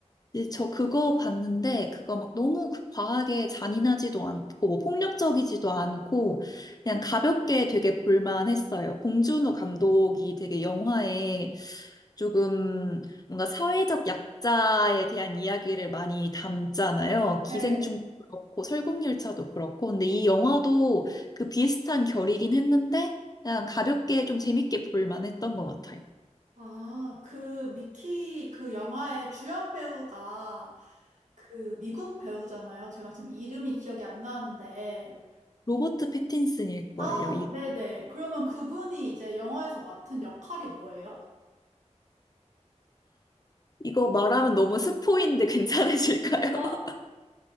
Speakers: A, on the left; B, on the right.
A: 네, 저 그거 봤는데, 그거 막 너무 그- 과하게 잔인하지도 않고, 뭐 폭력적이지도 않고, 그냥 가볍게 되게 볼만했어요. 봉준호 감독이 되게 영화에 조금 뭔가 사회적 약자에 대한 이야기를 많이 담잖아요.
B: 네.
A: 기생충도 그렇고, 설국열차도 그렇고. 근데 이 영화도 그 비슷한 결이긴 했는데, 그냥 가볍게 좀 재밌게 볼만했던 것 같아요.
B: 아, 그 미키 그 영화의 주연 배우가 그 미국 배우잖아요. 제가 지금 이름이 기억이 안 나는데.
A: 로버트 패틴슨일 거예요.
B: 아, 네네. 그러면 그분이 이제 영화에서 맡은 역할이 뭐예요?
A: 이거 말하면 너무 스포인데 <laughs> 괜찮으실까요? <laughs>
B: 어,